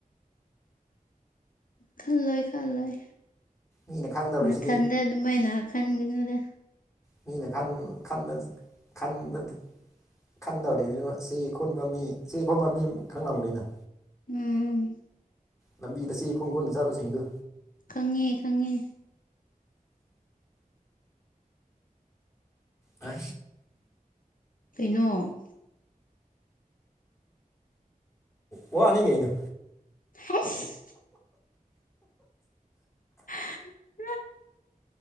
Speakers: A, on the left; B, on the left.
A: ꯈꯜꯂꯣꯏ ꯈꯜꯂꯣꯏ
B: ꯃꯤꯅ ꯈꯪꯗꯧꯔꯤꯁꯤꯗꯤ
A: ꯅꯊꯟꯗ ꯑꯗꯨꯃꯥꯏꯅ ꯈꯟꯒꯅꯤꯗ
B: ꯃꯤꯅ ꯈꯟꯕ ꯈꯟꯕ ꯈꯪꯗꯕꯗꯤꯅꯤꯅ ꯆꯦ ꯈꯨꯟꯕ ꯃꯤ ꯆꯦ ꯈꯨꯟꯕ ꯃꯤ ꯈꯪꯂꯝꯕꯅꯤꯅ
A: ꯎꯝ
B: ꯂꯝꯕꯤꯗ ꯆꯦ ꯈꯣꯡꯒꯣꯟꯜꯗ ꯆꯥꯕꯁꯤꯡꯗꯨ
A: ꯈꯪꯉꯦ ꯈꯪꯉꯦ
B: ꯑ
A: ꯀꯩꯅꯣ
B: ꯑꯣꯅꯤ ꯀꯏꯅ
A: ꯍꯁ ꯎ